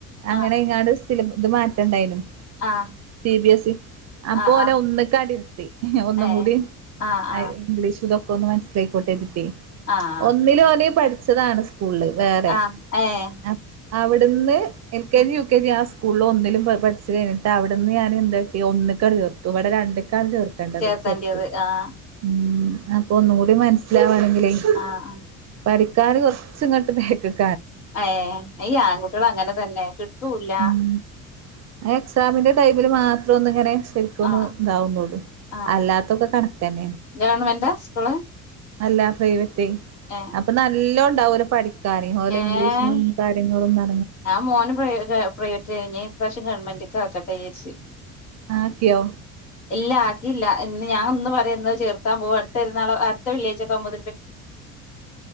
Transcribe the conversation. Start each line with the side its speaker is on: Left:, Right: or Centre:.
Right: അങ്ങനെ
Left: ആഹ്
Right: ഇങ്ങാട് സിലും ഇത് മാറ്റേണ്ടായേനും
Left: ആഹ്
Right: സി ബി എസ് ഇ അപ്പൊ
Left: ആഹ് ആഹ്
Right: നെ ഒന്നക്കടിരുത്തി ഒന്നും
Left: ഏഹ്
Right: കൂടിയും
Left: ആഹ് ആഹ്
Right: ഐ ഇംഗ്ലീഷ് <unintelligible> തൊക്ക ഒന്ന് മസ്സിലായിക്കോട്ടെ <inaudible>
Left: ആഹ്
Right: ഒന്നി <inaudible> <unintelligible> ച്ചതാണ് സ്കൂളില് വേറെ
Left: ആഹ്
Right: <inaudible>
Left: ഏഹ്
Right: അവിടുന്ന് എൽക്കെ
Left: ഉം
Right: ജി യു കെ ജി യ <unintelligible> സ്കൂളിൽ ഒന്നിലും പഠിച്ചു കഴിഞ്ഞിട്ട് അവിടുന്ന് ഞാൻ <unintelligible> ഒന്ന് കടി തീർത്തു ഇവിടെ രണ്ട് <unintelligible> <unintelligible> ചീർക്കേണ്ടത്
Left: ചേർത്തണ്ടിയത്
Right: ചെർക്ക്
Left: ആഹ്
Right: ഉം അപ്പൊ ഒന്നുംകൂടി മനസ്സിലാവ <unintelligible>
Left: ആഹ്
Right: <unintelligible> ക്കാര് കുറച്ചും ഇങ്ങോട്ട് <unintelligible>
Left: ഏ ഈ ആൺകുട്ടികൾ അങ്ങനെ തന്നെ കിട്ടൂല്ല
Right: ഉം ആ എക്സാമിന്റെ ടൈമില് മാത്രം ഒന്ന ഇങ്ങന ശരിക്കുംഒന്ന്
Left: ആഹ്
Right: ഇതാവുന്നുള്ളു
Left: ആഹ്
Right: അല്ലാത്തൊക്കെ കണ
Left: ഗവൺമെന്റാ സ്കൂള്
Right: അല്ല പ്രൈവറ്റ്
Left: ഏഹ്
Right: അപ്പൊ നല്ലോണ ണ്ടാവരു പഠിക്കും കാര്യ പോലെ
Left: ഏഹ്
Right: ഇംഗ്ലീഷും കാര്യങ്ങളും ന
Left: ഞാൻ മോനെ പ്രൈവറ്റ് കഴിഞ്ഞ ഇപാവശ്യം ഗവൺമെന്റ് കക്കട്ടേസി
Right: ആക്കെയോ
Left: ഇല്ല ആക്കിയില്ല ഇന്ന് ഞാൻ ഒന്ന് പറയുന്നത് ചേർത്താൻ പോക അടുത്തരാള അടുത്ത വള്ളേജൊക്കെകുമ്പോ